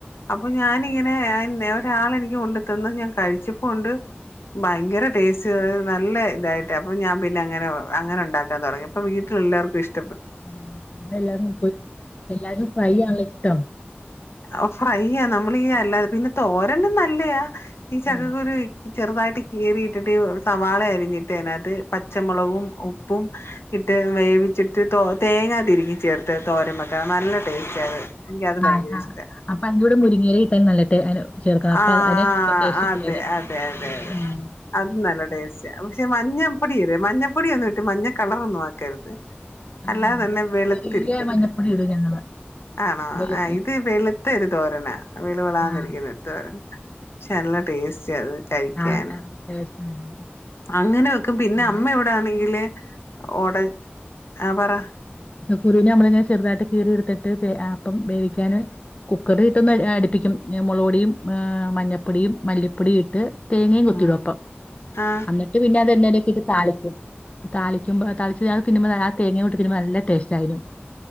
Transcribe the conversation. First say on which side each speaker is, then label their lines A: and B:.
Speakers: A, on the left; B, on the left.
A: അപ്പൊ ഞാനിങ്ങനെ പിന്നെ ഒരാളെനിക്ക് കൊണ്ടു തന്ന് ഞാൻ കഴിച്ചപ്പോ ഒണ്ട്- ഭയങ്കര ടേസ്റ്റ് നല്ല ഇതായിട്ട് അപ്പൊ ഞാൻ പിന്നെ അങ്ങനെ അങ്ങനെ ഒണ്ടാക്കാൻ തുടങ്ങി അപ്പൊ വീട്ടില എല്ലാർക്കും ഇഷ്ട-
B: ആ അങ്ങനെ എല്ലാരും പോയി എല്ലാരും ഫ്രൈ ആണല്ലോ ഇഷ്ടം-
A: ഓഫർ അയ്യ നമ്മളീ അല്ലാ- പിന്നെ തോരനും നല്ലയാ ഈ ചക്കക്കുരു-
B: ഉം
A: ചെറുതായിട്ട് കീറിട്ടിട്ട് സവാള അരിഞ്ഞിട്ട് അതിനകത്ത് പച്ചമുളകും ഉപ്പും ഇട്ട് വേവിച്ചിട്ട് തോ തേങ്ങാ തിരികി ചേർത്ത്ത് തോരംവക്കാം നല്ല ടേസ്റ്റി അത്- എനിക്ക് അത് ഭയങ്കര
B: ആഹ് ആഹ്
A: ഇഷ്
B: അപ്പൊ അതിന്റെ കൂടെ മുരിങ്ങയില ഇട്ടാൽ നല്ല ടേ അയിന് ചേർക്കണം അപ്പൊ
A: ആ
B: അതിന് ഇച്ചിരി ടേസ്റ്റ്
A: അതെ
B: കൂടുതല്
A: അതെ അതെ അതെ
B: ഉം
A: അത നല്ല ടേസ്റ്റ് പക്ഷെ മഞ്ഞ <unintelligible> മഞ്ഞപ്പൊടിയല്ല മഞ്ഞപ്പൊട ഒന്നും ഇട്ട് മഞ്ഞ കളർ ഒന്നും ആക്കരുത്
B: ആഹ്
A: അല്ലാതെ
B: ഞങ്ങള്
A: തന്നെ വെളുത്തിരിക്കുന്ന
B: ചെറിയ മഞ്ഞപ്പൊടി ഇടും ഞങ്ങള്
A: ആണോ
B: വെളു
A: ആ ഇത് ഇത്തിരി ഒരു തോരൻ ആ വെളു
B: ആഹ്
A: വെളു ആണന്നിരിക്കുന്നത് എന്തു വാ നല്ല ടേസ്റ്റി അത് കഴിക്കാന്
B: ആഹ് ആഹ് ടേസ്റ്റിനാണ്
A: അങ്ങനെ വെക്കും പിന്നെ
B: ഞാൻ
A: അമ്മ എവിടൊണെങ്കില്
B: ചുമ്മാ
A: ഓടെ ആഹ പറ
B: കുരുവിനെ നമ്മളങ്ങനെ ചെറുതായിട്ട് കീറി ഇടുത്തിട്ട് അപ്പം വേവിക്കാൻ കുക്കറി ഇട്ടൊന്ന് അടിപ്പിക്കും മുള പൊടിയും മഞ്ഞപ്പൊടിയും മല്ലിപ്പൊടും ഇട്ട് തേങ്ങയും കുത്തിടുംപ്പം
A: ഉം ആ
B: എന്നിട്ട് പിന്നെ എണ്ണയിൽ ഇട്ട് ഇത് താളിക്കും താളിക്കുമ്പോ താളന്ന ആ തേങ്ങ കട്ട നല്ല ടേസ്റ്റ് ആയിരിക്കും